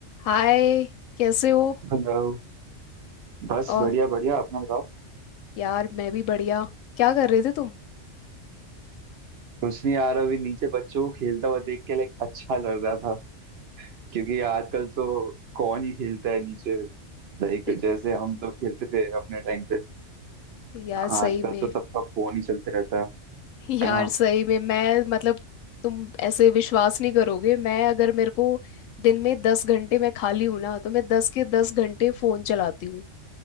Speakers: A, on the left (about 80°); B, on the right (about 55°).
A: हाय कैसे हो
B: Hello बस
A: और
B: बढ़िया बढ़िया अपना बताओ
A: यार मैं भी बढ़िया क्या कर रहे थे तुम
B: कुछ नहीं यार अभी नीचे बच्चों को खेलता हुआ देख के लाइक अच्छा लग रहा था क्योंकि आजकल तो कौन ही खेलता है नीचे लाइक
A: ए-
B: जैसे हम लोग खेलते थे अपने टाइम पे
A: यार
B: आजकल
A: सही में
B: तो सबका फोन ही चलते रहता है
A: <laughs> यार
B: है ना
A: सही में मैं मतलब तुम ऐसे विश्वास नहीं करोगे मैं अगर मेरे को दिन में दस घंटे मैं खाली हूं ना तो मैं दस के दस घंटे फोन चलाती हूँ